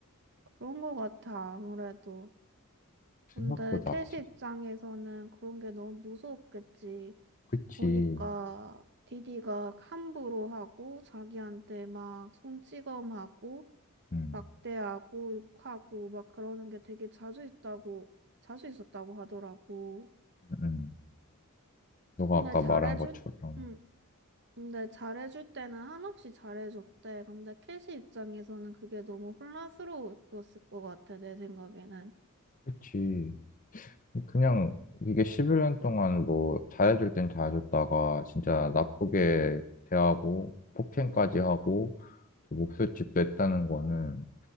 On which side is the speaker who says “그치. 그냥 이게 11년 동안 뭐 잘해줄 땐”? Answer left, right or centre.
Left